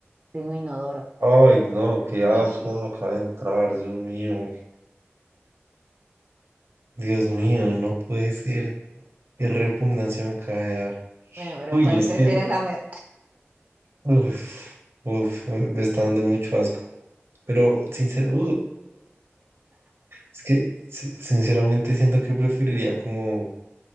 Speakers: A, on the right; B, on the right.
A: de un inodoro.
B: Ay, no, qué
A: <laughs>
B: asco me acaba de entrar, Dios mío. Dios mío, no puede ser. Qué repugnancia me acaba de dar.
A: Bueno, pero
B: Uy,
A: ¿cuál
B: es
A: prefieres
B: que,
A: la mer-
B: uf, uf, me está dando mucho asco. Pero, sinceramente, es que, si- sinceramente, siento que preferiría como,